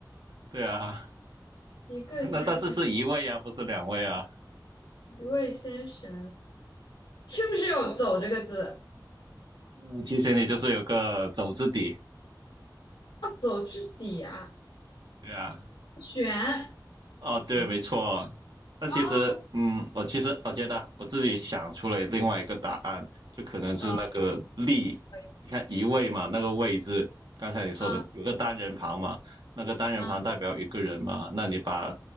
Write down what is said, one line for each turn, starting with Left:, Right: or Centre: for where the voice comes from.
Right: 对啊，
Left: <laughs> 一个先生，
Right: <laughs> 那但是是一位啊，不是两位啊。
Left: 一位先生，是不是有走这个字？
Right: 嗯，提醒你就是有个走字底。
Left: 要走至底啊，
Right: 对啊，
Left: 选，
Right: 哦，对，
Left: 嗯，
Right: 没错。那其实，
Left: 哦，
Right: 嗯，我其实我觉得啊我自己想出了另外一个答案，就可能是那个力。
Left: 嗯，可以，
Right: 你看一位嘛，那个位字，刚才你说的有个单人旁嘛，
Left: 嗯
Right: 那个单人旁代表一个人嘛，
Left: 嗯
Right: 那你把